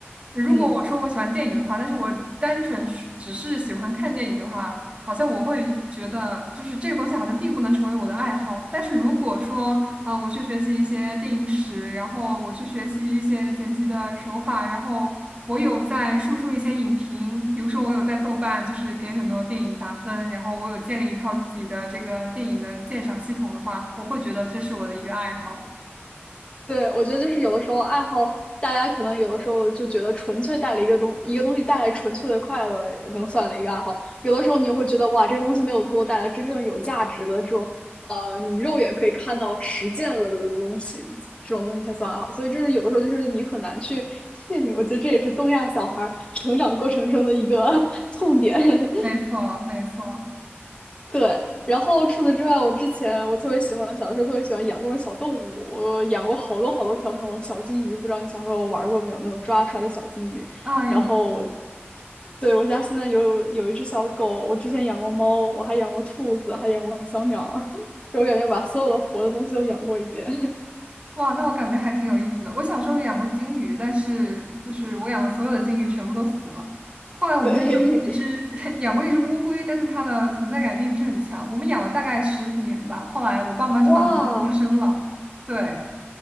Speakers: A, on the right; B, on the left.
A: 如果我说我喜欢电影的话，
B: 嗯，
A: 但是我单纯是只是喜欢看电影的话，好像我会觉得就是这个东西好像并不能成为我的爱好。但是如果说啊、呃我去学习一些电影史，然后我去学习一些剪辑的手法，然后我有在输出一些影评，比如说我有在豆瓣，就是给很多电影打分，然后我有建立一套自己的这个电影的鉴赏系统的话，我会觉得这是我的一个爱好。
B: 对，我觉得就是有的时候爱好，大家可能有的时候就觉得纯粹带了一个东一个东西带来纯粹的快乐，能算的一个爱好。有的时候你又会觉得哇，这个东西没有给我带来真正有价值的这种，呃，你肉眼可以看到实践了的东西，这种东西才算爱好。所以就是有的时候就是你很难去确定，我觉得这也是东亚小孩儿成长过程中的一个 <laughs> 痛点。<laughs>
A: 没错，没错。
B: 对，然后除此之外，我之前我特别喜欢，小的时候特别喜欢养各种小动物，我养过好多好多条那种小金鱼，不知道你小时候玩过没有？那种抓出来的小金鱼。
A: 啊，
B: 然后我，
A: 有，
B: 对，我家现在有有一只小狗，我之前养过猫，我还养过兔子，还养过小鸟儿 <laughs> 就我感觉把所有的活的东西都养过一遍。
A: 哇，那我感觉还挺有意思的。我小时候养过金鱼，但是就是我养的所有的金鱼全部都死了。后来我们家养过一只
B: <laughs> 对，
A: <laughs> 养过一只乌龟，但是它的存在感并不是很强。我们养了大概十几年吧，后来我爸妈就把它们放生了。
B: <laughs> 哇
A: 对，